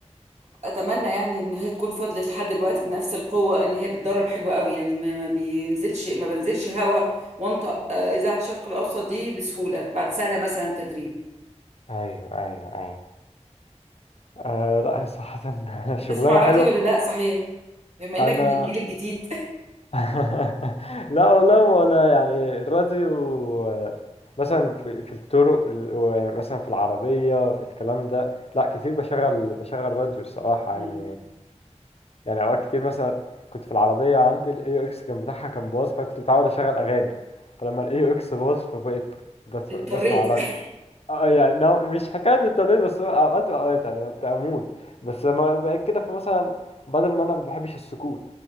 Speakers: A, on the right (about 70°); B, on the left (about 60°).
A: اتمنى يعني ان هي تكون فضلت لحد دلوقتي بنفس القوه ان هي بتدرب حلوة قوي يعني ما ما بينزلش ما بنزلش هوا وانطق آه، اذاعه الشرق الاوسط دي بسهوله بعد سنه مثلا تدريب
B: ايوه ايوه ايوه آه لا هي صراحة <laughs> شغلانة
A: بتسمع راديو
B: حلوة
A: ولا لا صحيح بما انك
B: أنا
A: من الجيل الجديد
B: <laughs> لا والله ما انا يعني الراديو آه، مثلا في في الطرق ال- و- يعني مثلا في العربية في الكلام ده لا كتير بشغل بشغل راديو الصراحة
A: <laughs> مم.
B: يعني يعني اوقات كتير مثلا كنت في العربية عندي الاي اكس كان بتاعها كان باظ فانا كنت متعود اشغل اغاني فلما الاي اكس باظ فبقيت بس-
A: اضطريت
B: بسمع
A: يعني
B: اه يعني هو مش حكاية التمرين بس هو اوقات واوقات يعني ببقى اموت بس لما بقيت كده فمثلا بدل ما انا ما بحبش السكوت